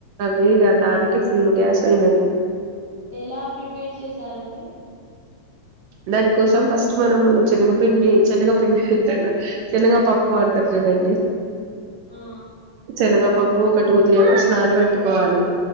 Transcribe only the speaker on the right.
అవి ఇగ దానికి ఫుల్ గ్యాస్ అయినది.
దాని కోసం ఫస్ట్ మనము చనగపిండి చనగపిండి అంటాన్న చనగ పప్పు అంటారు చూడండి
చనగపప్ ఒక టూ త్రీ అవర్స్ నానపెట్టుకోవాలి